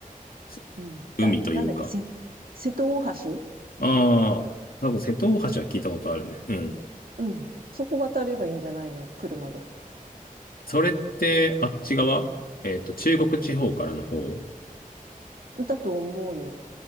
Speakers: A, on the left (about 85°); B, on the right (about 80°).
A: す
B: うん。
A: 海というか。
B: な、なんだっけ、せ、瀬戸大橋
A: ああ、なんか瀬戸大橋は聞いたことあるね。うん。
B: うん。そこ渡ればいいんじゃないの車で。
A: それって、あっち側えっと、中国地方からの方
B: だと思うよ。